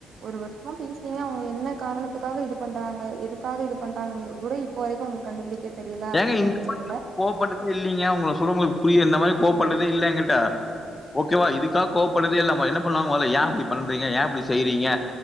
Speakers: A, on the right (about 60°); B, on the left (about 25°).
A: ஒரு வருஷமா பேசிலிங்க அவங்க என்ன காரணத்துக்காக இது பண்றாங்க எதுக்காக இது பண்றாங்கன்னு கூட இப்போ வரைக்கு அவங்க கண்டுபிடிக்க தெரியல அப்டிங்கிற
B: ஏங்க இந்
A: பட்சத்துல
B: <inaudible> கோவப்பட்டதே இல்லீங்க அவுங்க சொல்றது உங்களுக்கு புரியல இந்த மாரி கோவப்பட்டதே இல்ல எங்கிட்ட ஓகேவா இதுக்காக கோவப்பட்டதே இல்லம்மா என்ன பண்ணுவாங்க மொதல்ல யே அப்டி பண்றீங்க யே அப்டி செய்றீங்க